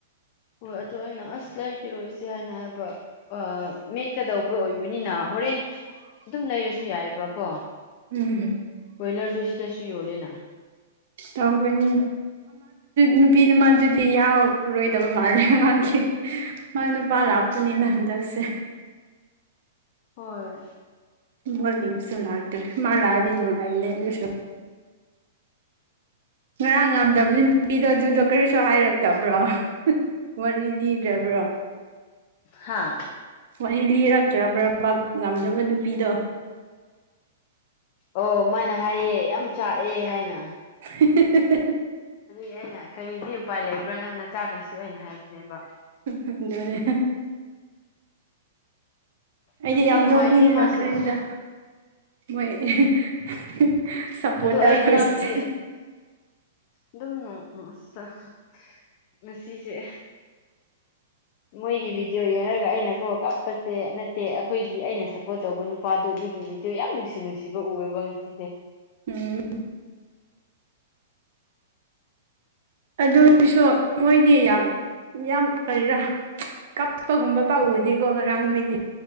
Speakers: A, on the left; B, on the right.
A: ꯍꯣꯏ ꯑꯗꯣ ꯑꯩꯅ ꯑꯁ ꯂꯩꯈꯤꯔꯣꯏꯁꯦ ꯍꯥꯏꯅ ꯍꯥꯏꯕ ꯕ ꯃꯦꯠꯀꯗꯧꯕ ꯑꯣꯏꯕꯅꯤꯅ ꯍꯣꯔꯦꯟ ꯑꯗꯨꯝ ꯂꯩꯔꯁꯨ ꯌꯥꯏꯑꯕꯀꯣ
B: ꯎꯝ
A: ꯕꯣꯏꯂꯔꯗꯨ ꯁꯤꯗꯁꯨ ꯌꯣꯜꯂꯦꯅ꯫
B: ꯇꯧꯒꯅꯤ ꯅꯨꯄꯤꯅ ꯃꯥꯗꯨꯗꯤ ꯌꯥꯎꯔꯣꯏꯗꯕ ꯃꯥꯜꯂꯦ ꯃꯃꯥꯡꯒꯤ ꯃꯥꯏ ꯅꯨꯄꯥ ꯂꯥꯛꯄꯅꯤꯅ ꯍꯟꯗꯛꯁꯦ꯫
A: ꯍꯣꯏ꯫
B: ꯕꯣꯜ ꯌꯦꯡꯕꯁꯨ ꯂꯛꯇꯦ ꯃꯥ ꯂꯛꯑꯗꯤ ꯅꯨꯡꯉꯥꯏꯕꯅꯦ ꯑꯗꯨꯁꯣ ꯉꯔꯥꯡ ꯉꯝꯗꯕ ꯅꯨꯄꯤꯗꯣ ꯑꯗꯨꯗꯣ ꯀꯔꯤꯁꯨ ꯍꯥꯏꯔꯛꯇꯕ꯭ꯔꯣ꯫ ꯋꯥꯔꯤ ꯂꯤꯗ꯭ꯔꯕ꯭ꯔꯣ꯫
A: ꯍꯥ
B: ꯋꯥꯔꯤ ꯂꯤꯔꯛꯇ꯭ꯔꯕ꯭ꯔ ꯉꯝꯗꯕ ꯅꯨꯄꯤꯗꯣ꯫
A: ꯑꯣ ꯃꯥꯅ ꯍꯥꯏꯌꯦ ꯌꯥꯝ ꯆꯥꯛꯑꯦ ꯍꯥꯏꯅ꯫
B: <unintelligible>
A: ꯑꯗꯨꯏ ꯑꯩꯅ ꯀꯔꯤꯗꯤ ꯎꯄꯥꯏ ꯂꯩꯕ꯭ꯔꯥ ꯅꯪꯅ ꯆꯥꯛꯂꯁꯨ ꯍꯣꯏꯔꯦꯟ ꯍꯥꯏꯔꯛꯀꯅꯦꯕ
B: ꯑꯗꯨꯅꯦ ꯑꯩꯗꯤ
A: ꯅꯨꯡꯗꯤ
B: ꯌꯥꯝ
A: ꯅꯨꯡꯉꯥꯏꯇꯦ
B: ꯅꯣꯛꯅꯤꯡꯂꯛꯈ꯭ꯔꯦꯗ
A: ꯃꯥꯁꯨ
B: ꯃꯣꯏ <unintelligible> ꯁꯞꯄꯣꯔꯇꯔꯈꯣꯏꯁꯦ
A: ꯑꯗꯣ ꯑꯩ ꯉꯔꯥꯡꯗꯤ꯫ ꯑꯗꯨꯝ <unintelligible> ꯉꯁꯤꯁꯦ ꯃꯣꯏꯒꯤ ꯚꯤꯗꯤꯑꯣ ꯌꯦꯡꯉꯔꯒ ꯑꯩꯅ ꯀꯣ ꯀꯞꯄꯁꯦ ꯅꯠꯇꯦ ꯑꯩꯈꯣꯏꯒꯤ ꯑꯩꯅ ꯁꯞꯄꯣꯔꯠ ꯇꯧꯕ ꯅꯨ ꯅꯨꯄꯥꯗꯣ ꯑꯗꯨꯒꯤ ꯚꯗꯤꯑꯣ ꯌꯥꯝ ꯅꯨꯡꯁꯤ ꯅꯨꯡꯁꯤꯕ ꯎꯑꯦꯕ ꯉꯁꯤ꫰
B: ꯎꯝ꯫ ꯑꯗꯨꯁꯨ ꯃꯣꯏꯗꯤ ꯌꯥꯝ ꯌꯥꯝ ꯀꯔꯤꯔꯥ ꯀꯥꯞꯄꯒꯨꯝꯕ ꯄꯥꯎꯗꯤꯀꯣ ꯉꯔꯥꯡꯈꯣꯏꯗꯤ